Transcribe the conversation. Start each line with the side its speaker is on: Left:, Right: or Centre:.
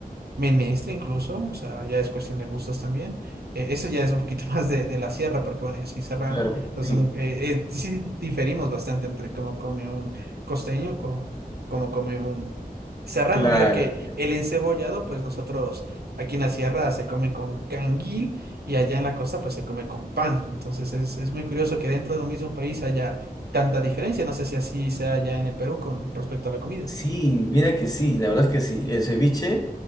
Right: Menestra incluso, o sea, ya es cuestión de gustos también. Eh, eso ya es un poquito <laughs> más de, de la sierra, porque bueno, yo soy serrano,
Left: Claro,
Right: entonces
Left: sí.
Right: un- eh, eh, sí diferimos bastante entre cómo come un costeño, con cómo come un serrano.
Left: Claro.
Right: Mira que el encebollado, pues nosotros aquí en la sierra se come con canguil y allá en la costa pues se come con pan. Entonces es, es muy curioso que dentro de un mismo país haya tanta diferencia. No sé si así sea allá en el Perú con respecto a la comida.
Left: Sí, mira que sí, la verdad es que sí. El ceviche,